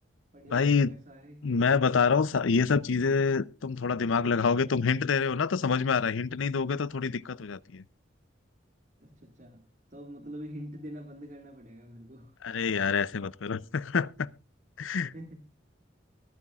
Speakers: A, on the right; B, on the left.
A: पढ़े
B: भाई
A: हुए हो गए सारे
B: मैं बता रहा हूँ सा-
A: <laughs>
B: ये सब चीजें तुम थोड़ा दिमाग लगाओगे तुम हिंट दे रहे हो ना तो समझ में आ रहा है हिंट नहीं दोगे तो थोड़ी दिक्कत हो जाती है
A: अच्छा अच्छा तो मतलब हिंट देना बंद करना पड़ेगा मेरे को
B: अरे यार ऐसे मत करो <laughs>
A: <laughs>